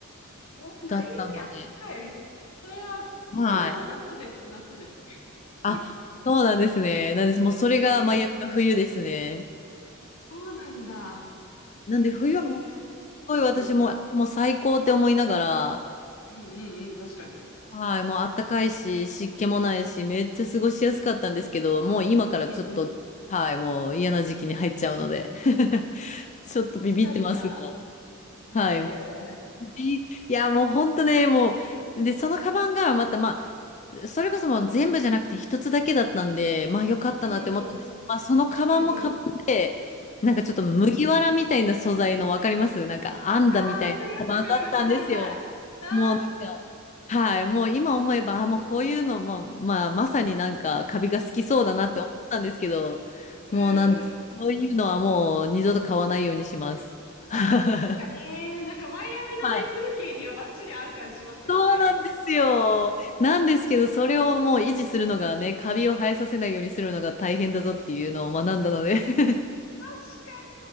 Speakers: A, on the left; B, on the left.
A: えマイアミあったかい。
B: だったので、
A: それは、
B: はい。
A: ここの夏です。夏ですね。
B: あ、
A: <laughs>
B: そうなんですね。なんです。もうそれがマイアミの冬ですね。
A: うん。そうなんだ。
B: なんで冬はもうす
A: へえ。
B: ごい私も、
A: うん。
B: もう最高って思いながら、
A: うんうんうん。確かに。
B: はい、もうあったかいし、湿気もないし、めっちゃ過ごしやすかったんですけど、もう今からちょっと、
A: うんうん。
B: はい、もう嫌な時期に入っちゃうので、<laughs> ちょっとビビってますが、
A: 確かにな。
B: はい、
A: へえ。
B: もう、いいいや、もう本当ね、もう、で、そのカバンがまた、まあ、それこそもう全部じゃなくて一つだけだったんで、まあ良かったなって思ったんですけど、
A: うんうん。
B: まあそのカバンもカバンで、
A: うんうん。
B: なんかちょっと麦わらみたいな素材のわかりますなんか編んだみたいなカバンだったんですよ。
A: うん。ああ、わかりますわかります。はいはい。ああ、
B: もうなんか、
A: し
B: はい、もう今思えば、あ、もうこういうのも、まあまさになんかカビが好きそうだなって思ったんですけど、
A: うん。うんうん。
B: もうなんです。そういうのはもう二度と買わないようにします。<laughs>
A: 確かにね、なんかマイアミのね、
B: はい
A: 風景にはバッチリ合う感じしますけどね。
B: そうなんですよ。なんですけど、それをもう維持するのがね、カビを生えさせないようにするのが大変だぞっていうのを学んだので。<laughs>
A: 確かに、